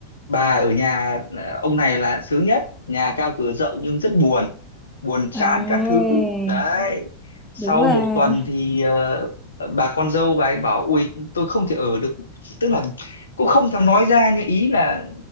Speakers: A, on the left; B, in the centre.
A: bà ở nhà ờ, ông này là sướng nhất nhà cao cửa rộng nhưng rất buồn buồn chán
B: Ấy,
A: các thứ đấy sau
B: đúng rồi
A: một tuần thì ờ, bà con dâu bà ấy bảo ui tôi không thể ở được tức là cũng không thèm nói ra nhưng ý là